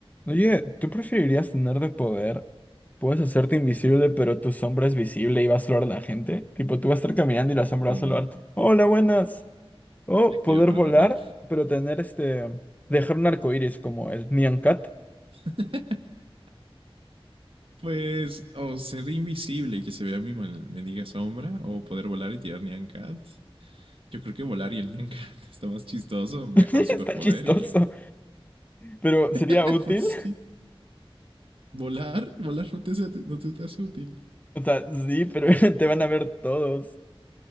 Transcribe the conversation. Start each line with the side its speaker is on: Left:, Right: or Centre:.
Left: Oye, ¿tú preferirías tener de poder? Puedes hacerte invisible, pero tu sombra es visible y va a saludar a la gente. Tipo, tú vas a estar caminando y la sombra
Right: con
Left: va a saludar. Hola, buenas. O
Right: actividad
Left: poder
Right: paranormal.
Left: volar, pero tener este. Dejar un arco iris como el Nyan Cat.
Right: <laughs> pues, o ser invisible y que se vea mi mal- mendiga sombra, o poder volar y tirar Nyan Cat. Yo creo que volar y el Nyan Cat <laughs> está más chistoso, mejor
Left: <laughs> Está
Right: superpoder
Left: chistoso,
Right: y.
Left: pero sería
Right: <laughs>
Left: útil.
Right: pues sí. Volar, volar no te, hace- no te, te hace útil.
Left: O sea, sí, pero <laughs> te van a ver todos.